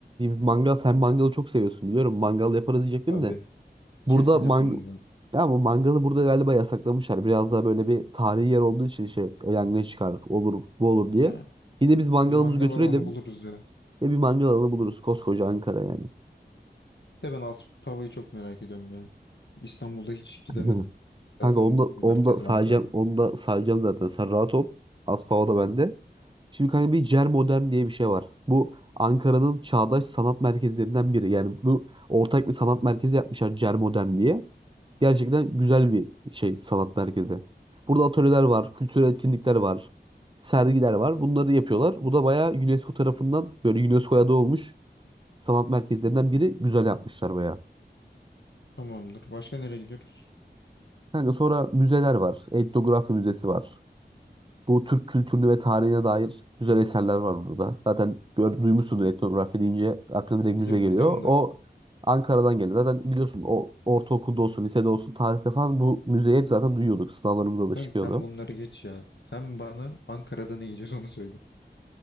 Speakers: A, on the right; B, on the left.
A: mangal sen mangalı çok seviyorsun biliyorum. Mangal yaparız diyecektim
B: Tabii.
A: de. Burada
B: Kesin
A: man
B: yapmamız lazım.
A: ya bu mangalı burada galiba yasaklamışlar. Biraz daha böyle bir tarihi yer olduğu için şey yangın çıkar olur bu olur diye.
B: Ha,
A: Bir biz mangalımızı
B: bir mangal
A: götürelim.
B: alanı buluruz ya.
A: Ya bir mangal alanı buluruz koskoca Ankara yani.
B: Bir de ben Aspava'yı çok merak ediyorum ya. İstanbul'da hiç gidemedim.
A: <laughs>
B: Zaten
A: Kanka onu da,
B: merkezi
A: onu da sayacağım,
B: Ankara.
A: onu da sayacağım zaten. Sen rahat ol. Az pava da bende. Şimdi kanka bir Cer Modern diye bir şey var. Bu Ankara'nın çağdaş sanat merkezlerinden biri. Yani bu ortak bir sanat merkezi yapmışlar Cer Modern diye. Gerçekten güzel bir şey sanat merkezi. Burada atölyeler var, kültürel etkinlikler var, sergiler var. Bunları yapıyorlar. Bu da bayağı UNESCO tarafından böyle UNESCO'ya da olmuş sanat merkezlerinden biri. Güzel yapmışlar bayağı.
B: Tamamdır. Başka nereye gidiyoruz?
A: Kanka sonra müzeler var. Etnografi müzesi var. Bu Türk kültürünü ve tarihine dair güzel eserler var burada. Zaten gör, duymuşsundur etnografi deyince aklına direkt müze
B: Biliyorum
A: geliyor.
B: biliyorum da.
A: O Ankara'dan geliyor. Zaten biliyorsun o ortaokulda olsun, lisede olsun, tarihte falan bu müzeyi hep zaten duyuyorduk. Sınavlarımızda da
B: Kanka
A: çıkıyordu.
B: sen bunları geç ya. Sen bana Ankara'da ne yiyeceğiz onu söyle.